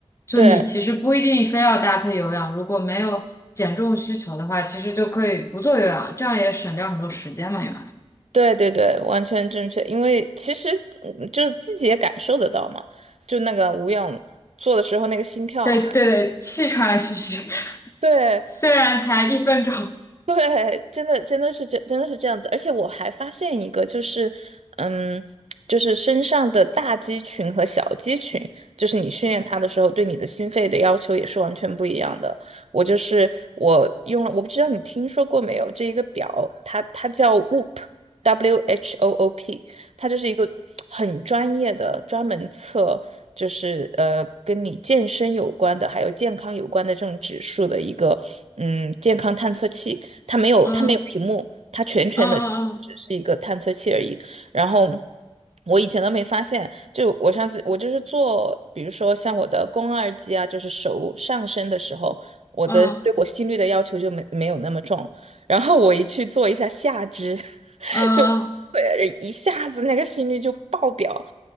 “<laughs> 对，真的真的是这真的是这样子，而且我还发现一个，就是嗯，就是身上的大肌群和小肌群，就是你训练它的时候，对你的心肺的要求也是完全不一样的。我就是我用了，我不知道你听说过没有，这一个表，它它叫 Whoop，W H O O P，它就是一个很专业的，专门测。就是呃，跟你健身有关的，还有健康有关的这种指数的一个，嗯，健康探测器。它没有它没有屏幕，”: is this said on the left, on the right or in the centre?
Right